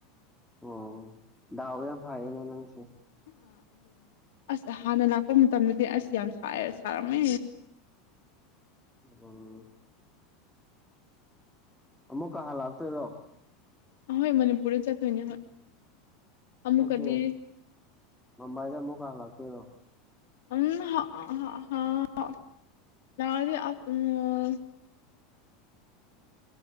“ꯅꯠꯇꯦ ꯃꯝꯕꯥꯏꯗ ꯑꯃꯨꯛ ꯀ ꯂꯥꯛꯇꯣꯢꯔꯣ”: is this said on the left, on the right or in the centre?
Centre